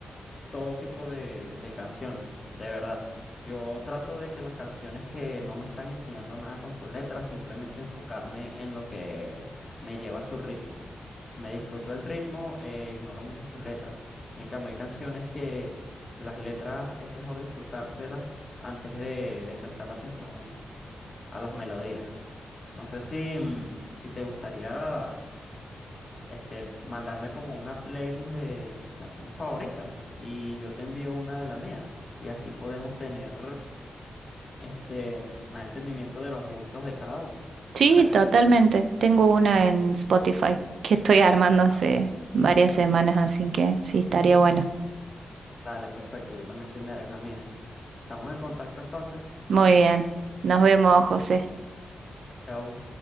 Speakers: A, on the left (about 35°); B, on the right (about 85°).
A: todo tipo de, de canciones, de verdad. Yo trato de que las canciones que no me están enseñando nada con su letra, simplemente enfocarme en lo que me lleva a su ritmo. Me disfruto el ritmo e ignoro mucho sus letras. En cambio, hay canciones que las letras es mejor disfrutárselas antes de, de prestar la atención a las melodías. No sé si, mm, si te gustaría este, mandarme como una playlist de tus canciones favoritas y yo te envío una de la mía y así podemos tener este, más entendimiento de los gustos de cada uno. ¿Te
B: Sí,
A: parece?
B: totalmente. Tengo una en Spotify que estoy armando hace
A: Ah,
B: varias semanas, así que sí, estaría bueno.
A: dale, perfecto, yo también te enviaré la mía. Estamos en contacto entonces.
B: Muy bien. Nos vemos, José.
A: Chao.